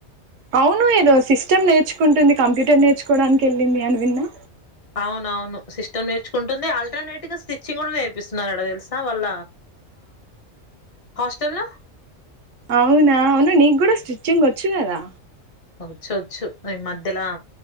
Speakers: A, on the right; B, on the left.
A: అవును ఏదో సిస్టమ్ నేర్చుకుంటుంది కంప్యూటర్ నేర్చుకోవడానికి వెళ్ళింది అని విన్నా
B: అవునవును సిస్టం నేర్చుకుంటుంది ఆల్టర్నేట్ గా స్టిచ్చింగ్ కూడా నేర్పిస్తున్నాడ తెలుసా వాళ్ళ హాస్టల్ లో
A: అవునా అవునా నీకు కూడా స్టిచ్చింగ్ వచ్చు కదా
B: వచ్చొచ్చు ఈ మధ్యలో